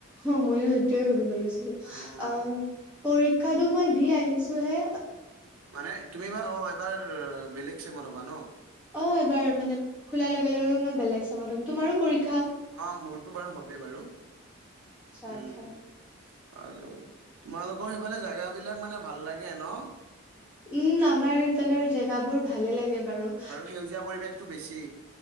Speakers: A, in the centre; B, on the right.
A: অ', ময়ো সেইটোয়ে সুধিব লৈছিলোঁ।
B: উম
A: অম পৰীক্ষাটো মই দি আহিছোঁ হে।
B: মানে তুমি এইবাৰ অ', এইবাৰ বেলেগ চেমত হবা ন?
A: অ', এইবাৰ মানে খোলাৰ লগে, লগে মই বেলেগ চামত হ'ম। তোমাৰো পৰিক্ষ
B: অ', মোৰতো বাৰু হলেই বাৰু,
A: আচ্ছা
B: উম।
A: আচ্ছা
B: আৰু তোমালোকৰ সেইফালে জেগা বিলাক মানে ভাল লাগে ন?
A: উম, আমাৰ এইফালৰ আৰু জেগাবোৰ ভালে লাগে বাৰু।
B: আৰু সেউজীয়া পৰিৱেশটো বেছি।